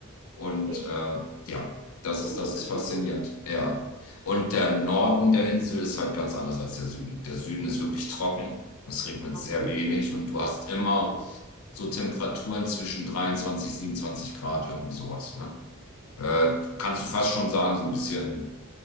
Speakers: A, on the left; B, on the right.
A: Und
B: Echt?
A: äh, ja, das ist,
B: So
A: das
B: unterschiedlich.
A: ist faszinierend. Ja. Und der Norden der Insel ist halt ganz anders als der Süden. Der Süden ist wirklich trocken. Es regnet
B: Okay,
A: sehr wenig und du hast immer
B: ja.
A: so Temperaturen zwischen 23, 27 Grad, irgendwie sowas. Ne? Äh, kannst du fast schon sagen, so ein bisschen